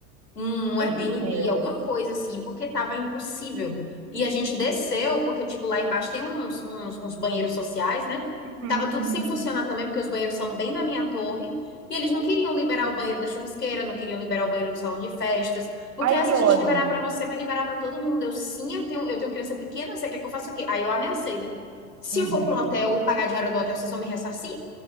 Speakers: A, on the left; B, on the right.
A: um
B: Meu
A: Airbnb,
B: Deus.
A: alguma coisa assim, porque tava impossível. E a gente desceu, porque tipo lá embaixo tem uns, uns, uns banheiros sociais, né?
B: Uhum,
A: Tava tudo
B: uhum.
A: sem funcionar também, porque os banheiros são bem na minha torre. E eles
B: Ih,
A: não queriam liberar o banheiro da churrasqueira, não queriam liberar o banheiro do salão de festas, porque
B: Ai,
A: essa
B: que
A: a
B: ódio.
A: gente liberar para você, vai liberar para todo mundo. Eu sim, eu tenho, eu tenho criança pequena, você quer que eu faça o quê? Aí eu ameacei, né? Se
B: Uhum.
A: eu for para um hotel e pagar a diária do hotel, vocês vão me ressarcir?